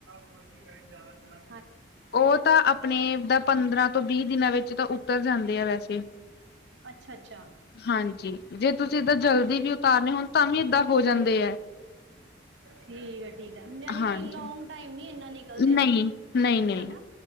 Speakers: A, on the right; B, on the left.
A: ਜਾਣਾ- <unintelligible> ਜਾਣਾ
B: ਉਹ ਤਾਂ, ਆਪਣੇ ਦਾ, ਪੰਦਰਾਂ ਤੋਂ ਵੀਹ ਦਿਨਾਂ ਵਿੱਚ ਤਾਂ ਉਤਰ ਜਾਂਦੇ ਆ ਵੈਸੇ।
A: ਅੱਛਾ ਅੱਛਾ
B: ਹਾਂਜੀ। ਜੇ- ਤੁਸੀਂ ਏਦਾਂ ਜਲਦੀ
A: ਠੀਕ ਹੈ।
B: ਵੀ ਉਤਾਰਨੇ ਹੋਣ ਤਾਂ ਵੀ ਏਦਾਂ ਹੋ ਜਾਂਦੇ ਹੈ
A: ਠੀਕ ਹੈ। ਯਣੀ
B: ਹਾਂਜੀ।
A: ਕਿ, ਲੋਂਗ ਟਾਈਮ ਨੀ, ਇੰਨਾ ਨਿਕਲਦੇ।
B: ਨਹੀਂ, ਨਹੀਂ, ਨਹੀਂ
A: ਹਨਾ।